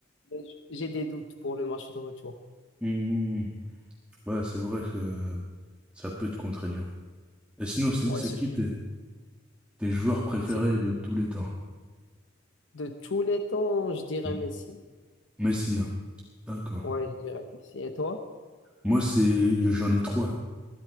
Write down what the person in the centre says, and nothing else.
hum, hum. Ouais, c'est vrai que ça peut être contraignant. Et sinon, c'est
c'est
qui tes, tes joueurs préférés
de tous les temps?
Mm.
Messi, hein. D'accord.
Moi, c'est, j'en ai trois.